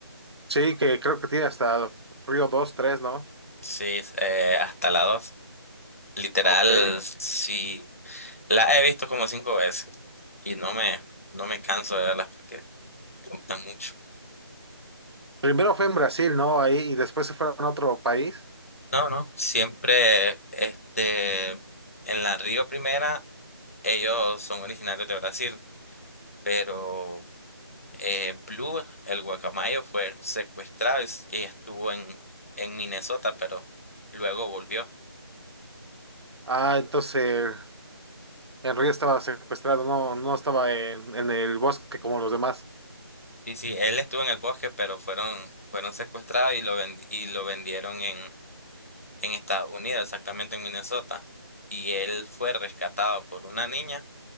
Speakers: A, on the right; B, on the left.
A: sí, que creo que tiene hasta Río 2 tres ¿no?
B: Sí, es, eh, hasta la dos. Literal,
A: Ok.
B: sí. Las he visto como cinco veces y no me, no me canso de verlas porque me gustan mucho.
A: Primero fue en Brasil, ¿no? Ahí, y después se fueron a otro país.
B: No, no, siempre este, en la Río Primera ellos son originarios de Brasil, pero eh, Blue, el guacamayo, fue secuestrado y, s- y estuvo en, en Minnesota, pero luego volvió.
A: Ah, entonces el Río estaba secuestrado, no, no estaba en, en el bosque como los demás.
B: Sí, sí, él estuvo en el bosque, pero fueron, fueron secuestrados y lo, vendi- y lo vendieron en Estados Unidos, exactamente en Minnesota. Y él fue rescatado por una niña,